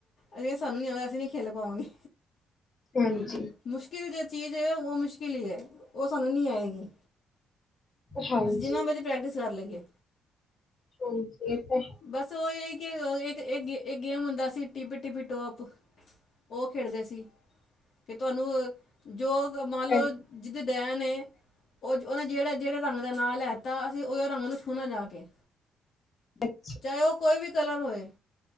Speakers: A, on the left; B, on the left.
A: ਅਜੇ ਸਾਨੂੰ ਨੀ ਆਂਦਾ ਅਸੀ ਨੀ ਖੇਲ ਪਾਵਾਗੇ।
B: ਹਾਂਜੀ।
A: ਮੁਸ਼ਕਿਲ ਜੇ ਚੀਜ ਏ ਓ ਮੁਸ਼ਕਿਲ ਈ ਏ ਓ ਸਾਨੂੰ ਨੀ ਆਏਗੀ।
B: ਹਾਂਜੀ
A: ਅਸੀ ਜਿਨਾ ਮਰਜੀ ਪ੍ਰੈਕਟਿਸ ਕਰ ਲਈਏ।
B: ਹਾਂਜੀ ਏ ਤਾ
A: ਬਸ ਓ ਈ ਏ ਕਿ ਏਕ, ਏਕ, ਏਕ ਗੇਮ ਓਂਦਾ ਸੀ ਟਿੱਪੀ- ਟਿੱਪੀ ਟੋਪ ਓ ਖੇਡਦੇ ਸੀ ਕਿ ਤੁਆਨੂੰ ਜੋ ਮਾੱਨ ਲੋ
B: ਹੈ
A: ਜਿਦੇ ਡੈਨ ਏ, ਓ ਓਨੇ ਜੇੜੇ ਜੇੜੇ ਰਾੰਗ ਦਾ ਨਾਂ ਲੈਤਾ ਅਸੀ ਓਦਾ ਰੰਗ ਨੂੰ ਛੂਨਾ ਜਾ ਕੇ।
B: <inaudible>
A: ਚਾਏ ਓ ਕੋਈ ਵੀ ਕਲਰ ਹੋਏ।